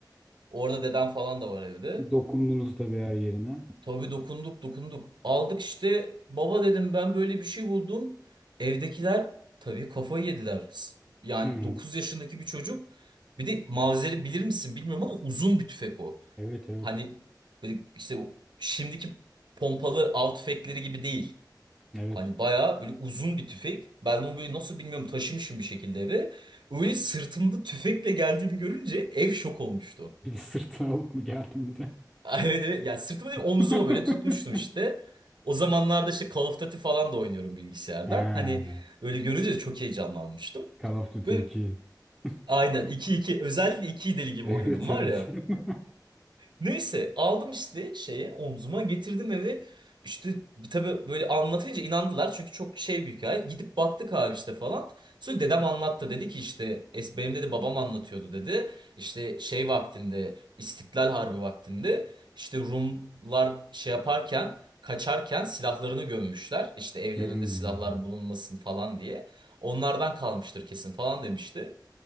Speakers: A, on the right; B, in the centre.
A: Orada dedem falan da var evde.
B: Dokundunuz da bir her yerine.
A: Tabii dokunduk dokunduk. Aldık işte baba dedim ben böyle bir şey buldum. Evdekiler tabii kafayı yediler. S- Yani
B: Hı hı.
A: 9 yaşındaki bir çocuk. Bir de Mavzer'i bilir misin bilmiyorum ama uzun bir tüfek o.
B: Evet evet.
A: Hani böyle işte o şimdiki pompalı av tüfekleri gibi değil.
B: Evet.
A: Hani bayağı böyle uzun bir tüfek. Ben onu böyle nasıl bilmiyorum taşımışım bir şekilde eve. Öyle sırtımda tüfekle geldiğimi görünce ev şok olmuştu.
B: Bir de sırtına alıp mı geldim bir de?
A: <laughs> Evet evet. Yani sırtıma değil omzuma
B: <laughs>
A: böyle tutmuştum işte. O zamanlarda işte Call of Duty falan da oynuyorum bilgisayardan.
B: Ha,
A: Hani öyle görünce de çok heyecanlanmıştım.
B: Call of Duty
A: Böyle
B: 2. <laughs>
A: aynen iki iki, özellikle iki deli gibi
B: Evet
A: oynadım var
B: evet.
A: ya.
B: <laughs>
A: Neyse aldım işte şeye omzuma getirdim eve. İşte tabii böyle anlatınca inandılar çünkü çok şey bir hikaye. Gidip baktık abi işte falan. Sonra dedem anlattı dedi ki işte es benim dedi babam anlatıyordu dedi. İşte şey vaktinde İstiklal Harbi vaktinde işte Rumlar şey yaparken kaçarken silahlarını gömmüşler. İşte evlerinde
B: Hmm.
A: silahlar bulunmasın falan diye. Onlardan kalmıştır kesin falan demişti.